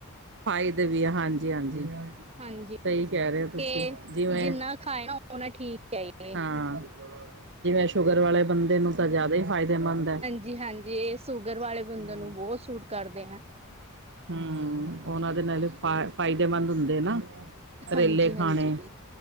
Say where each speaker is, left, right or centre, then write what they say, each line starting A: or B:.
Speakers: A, on the right; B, on the right.
A: ਫਾਇਦੇ ਵੀ ਹੈ ਹਾਂਜੀ ਹਾਂਜੀ
B: ਹਾਂਜੀ
A: ਸਈ ਕਹਿ ਰਹੇ ਤੁਸੀਂ
B: ਕੇ
A: ਜਿਵੇਂ
B: ਜਿੰਨਾ ਖਾਏ ਨਾ ਉਹਨਾ ਠੀਕ ਹੈ ਇਹ
A: ਹਾਂ ਜਿਵੇਂ ਸ਼ੂਗਰ ਵਾਲੇ ਬੰਦੇ ਨੂੰ ਜਿਆਦਾ ਹੀ ਫਾਇਦੇਮੰਦ ਹੈ
B: ਜੀ ਹਾਂਜੀ ਇਹ ਸ਼ੂਗਰ ਵਾਲੇ ਬੰਦੇ
A: ਹਮ
B: ਨੂੰ ਬਹੁਤ ਸੂਟ ਕਰਦੇ ਨੇ
A: ਹੂੰਮ ਉਹਨਾਂ ਦੇ ਨਾਲੇ ਫ ਫਾਇਦੇਮੰਦ ਹੁੰਦੇ ਨਾ ਕਰੇਲੇ
B: ਹਾਂਜੀ
A: ਖਾਨੇ,
B: ਹਾਂਜੀ